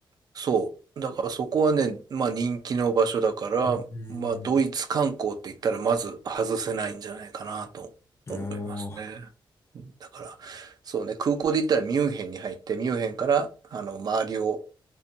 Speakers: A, on the right; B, on the left.
A: そう。だからそこはね、まあ人気の場所だから、
B: うん。
A: まあドイツ観光って言ったらまず外せないんじゃないかなと思いますね。
B: おー。
A: だから、そうね、空港で言ったらミュンヘンに入って、ミュンヘンからあの周りを